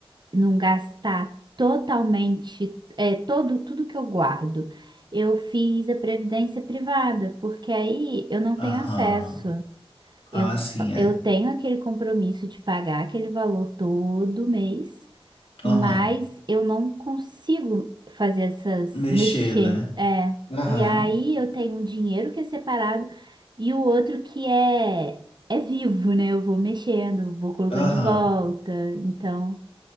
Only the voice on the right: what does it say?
não gastar totalmente, é, todo, tudo que eu guardo. Eu fiz a previdência privada, porque aí eu não
tenho acesso.
Eu,
eu tenho aquele compromisso de pagar aquele valor todo mês. Mas
eu não consigo fazer essas,
mexer.
É.
E aí eu tenho um dinheiro que é separado e o outro que é, é vivo, né? Eu vou mexendo, vou colocando
de volta. Então.